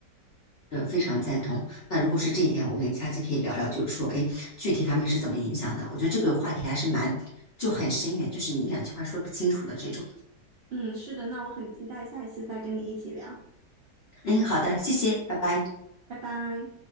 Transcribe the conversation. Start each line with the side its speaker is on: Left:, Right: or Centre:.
Left: 呃，非常赞同。那如果是这一点，我们下次可以聊聊，就是说，哎，具体他们是怎么影响的？我觉得这个话题还是蛮，就很深远，就是你一两句话说不清楚的这种。
Right: 嗯，是的，那我很期待下一次再跟你一起聊，
Left: 嗯，好的，谢谢，拜拜。
Right: 拜拜。